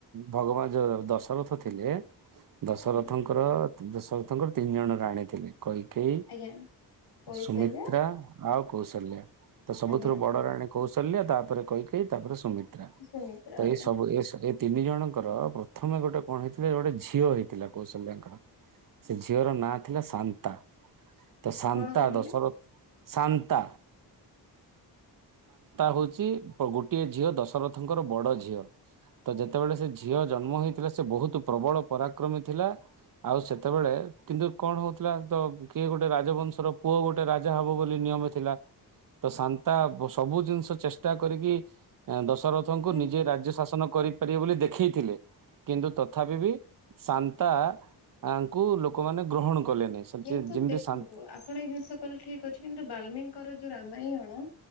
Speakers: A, on the right; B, on the left.
A: ଭଗବାନ ଯୋଉ ଦଶରଥ ରଥ ଥିଲେ ଦଶରଥଙ୍କର
B: ଆଜ୍ଞା
A: ଦଶରଥଙ୍କର ତିନି ଜଣ ରାଣୀ ଥିଲେ। କୈକେଇ,
B: ଆଜ୍ଞା କୌଶଲ୍ୟା
A: ସୁମିତ୍ରା, ଆଉ କୌଶଲ୍ୟା ତ ସବୁଥୁରୁ
B: ଆଜ୍ଞା ଆଜ୍ଞା
A: ବଡ ରାଣୀ କୌଶଲ୍ୟା ତାପରେ କୈକେୟୀ ତାପରେ ସୁମିତ୍ରା
B: ସୁମିତ୍ରା
A: ତ
B: ଆଜ୍ଞା
A: ଏ ସବୁ ତିନି ଜଣ ଙ୍କର ପ୍ରଥମେ ଗୋଟେ କଣ ହେଇଥିଲା ଗୋଟେ ଝିଅ ହେଇଥିଲା କୌଶଲ୍ୟାଙ୍କର। ସେ ଝିଅର ନାଁ ଥିଲା ସାନ୍ତା ତ ସାନ୍ତା
B: କଣ କହିଲେ
A: ଦଶରଥ ସା ସାନ୍ତା ହୋଉଛି ଗୋଟ। ଏ ଝିଅ ଦଶରଥଙ୍କର ବଡ଼ ଝିଅ। ତ ଯେତେବେଳେ ସେ ଝିଅ ଜନ୍ମ ହେଇଥିଲା ସେ ବହୁତ ପ୍ରବଳ ପରାକ୍ରମୀ ଥିଲା। ଆଉ ସେତେବେଳେ କିନ୍ତୁ କଣ ହଉଥିଲା ତ କିଏ ଗୋଟେ ରାଜବଂଶର ପୁଅ ଗୋଟେ ରାଜା ହବ ବୋଲି ନିୟମିତ ଥିଲା ତ ସାନ୍ତା ସବୁ ଜିନିଷ ଚେଷ୍ଟା କରିକି ଦଶରଥଙ୍କୁ
B: କିନ୍ତୁ
A: ନିଜେ ରାଜ୍ୟ ଶାସନ କରିପାରିବେ ବୋଲି ଦେଖି ଥିଲେ କିନ୍ତୁ ତଥାପି ବି ସାନ୍ତାଙ୍କୁ ଲୋକମାନେ ଗ୍ରହଣ କଲେନି ସେମିତି
B: କିନ୍ତୁ
A: ଯେମିତି
B: ଦେଖନ୍ତୁ
A: ଶାନ୍ତ
B: ଆପଣ ଏଇ ଜିନିଷ କହିଲେ ଠିକ ଅଛି କିନ୍ତୁ ବଲ୍ମିକ ଙ୍କର ଯୋଉଁ ରାମାୟୀଣଣଥିଲା।